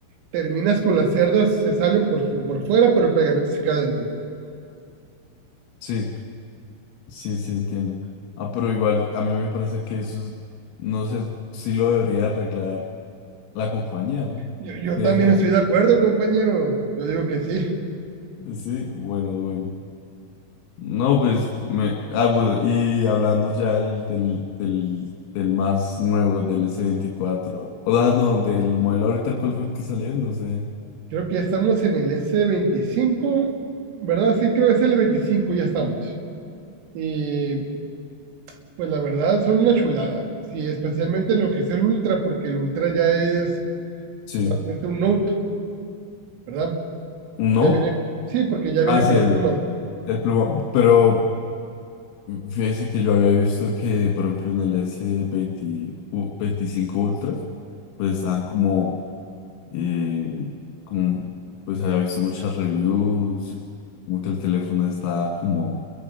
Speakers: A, on the right (about 80°); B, on the left (about 70°).
A: terminas con las cerdas, se salen por, por fuera, pero el pegamento se queda dentro.
B: Sí, sí, sí, entiendo. Ah, pero igual, a mí me parece que eso es- no sé si lo debería arreglar la compañía, ¿no?
A: Yo, yo
B: De
A: también
B: esa,
A: estoy de acuerdo, compañero. Yo digo que sí.
B: sí, bueno, bueno. No, pues, me, ah, bueno, y hablando ya del, del, del, del más nuevo, del s veinticuatro O sea, no, del modelo ahorita, ¿cuál fue el que salió? No sé.
A: Creo que estamos en el s veinticinco ¿verdad? Sí, creo que es el 25 ya estamos. Y pues la verdad son una chulada. Sí, especialmente lo que es el Ultra, porque el Ultra ya es
B: Sí,
A: Realmente un note, ¿verdad?
B: un Note.
A: Ya viene, sí, porque ya viene
B: hacia
A: con la
B: el,
A: pluma.
B: el pluma. Pero fíjese que yo había visto que, por ejemplo, en el S20, u- 25 Ultra, pues estaban como, eh, como, pues había visto muchas reviews, como que el teléfono está como